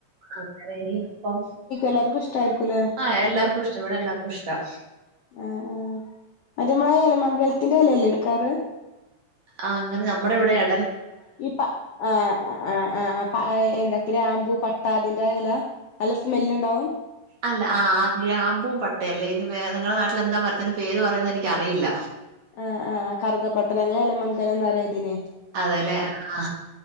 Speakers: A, on the right; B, on the left.
A: അങ്ങനേനി പ്പം
B: എല്ലാർക്കും ഇഷ്ടായിരിക്കുംല്ലേ
A: ആ എല്ലാർക്കുഷ്ടാ ഇവിടെ എല്ലാർക്കുഷ്ടാ
B: ആ ആ അരിയമ്ലായീഎല മംഗലത്തിന്റെലല്ലേ എടുക്കാറ്
A: ആ അങ്ങനെ ഞമ്മടെ ഇവിടെ അ
B: ഈപ ആ ആ ആ ആപ് എന്തൊക്കെരാമ്പൂ, പട്ട, അതിന്റെആഎലാ നല്ല സ്മെല്ല്ണ്ടാവും
A: അല്ല ആ ആ ഗ്രാമ്പൂം പട്ടേല്ലേ ഇയ്നും വേനിങ്ങടെ നാട്ടിലെന്താ മരത്തിന് പേര് പറയുന്നേ എനിക്ക് അറിയില്ല
B: ആ ആ കറുകപട്ടരെങ്ങളെലമംഗലംന്നറിയാതിന്
A: അതേല്ലേ ആ